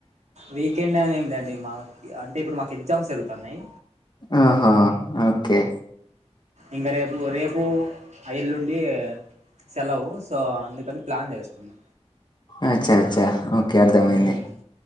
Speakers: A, on the right (about 85°); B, on the left (about 40°).
A: వీకెండ్ అని ఏం లేండి మా అంటే ఇప్పుడు మాకు ఎగ్జామ్స్ జరుగుతన్నాయి
B: ఆహా ఓకే
A: ఇంకా రేపు రేపు ఎల్లుండి సెలవు సో అందుకని ప్లాన్ చేసుకున్నా
B: అచ్చా అచ్చా ఓకే అర్థమైంది
A: ఉమ్.